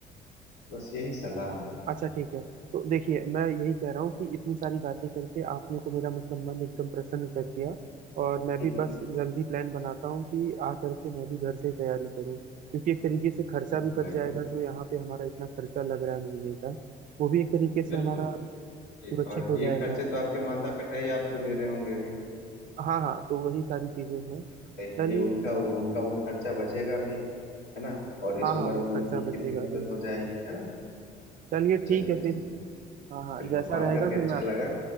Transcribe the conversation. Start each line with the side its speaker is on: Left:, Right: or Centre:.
Left: बस यही सलाह है
Right: अच्छा ठीक है तो देखिए मैं यही कह रहा हूँ कि इतनी सारी बातें करके आपने तो मेरा मतलब मन एकदम प्रसन्न कर दिया और
Left: <laughs>
Right: मैं भी बस जल्द ही प्लान बनाता हूँ कि आ करके मैं भी घर से ही तैयारी करूँ क्योंकि एक तरीके से खर्चा
Left: बिल्कुल
Right: भी बच
Left: आइए
Right: जाएगा जो यहाँ पे हमारा इतना खर्चा लग रहा है महीने का वो भी एक तरीके से
Left: बिल्कुल
Right: हमारा
Left: जी
Right: सुरक्षित
Left: और
Right: हो
Left: ये
Right: जाएगा
Left: खर्चे तो आपके माता पिता ही आपको दे रहे होंगे अभी
Right: हाँ हाँ तो वही सारी चीजें हैं
Left: तो
Right: चलिए
Left: ये उनका उनका वो खर्चा बचेगा भी है ना
Right: हाँ
Left: और इस उम्र
Right: हाँ वो
Left: में उनकी
Right: खर्चा
Left: कितनी
Right: बचेगा
Left: मदद
Right: भी
Left: हो जाएगी है ना
Right: चलिए ठीक
Left: चलिए
Right: है फिर
Left: चलिए
Right: हाँ हाँ
Left: बिल्कुल
Right: जैसा
Left: बात
Right: रहेगा
Left: करके
Right: फिर
Left: अच्छा
Right: मैं आप
Left: लगा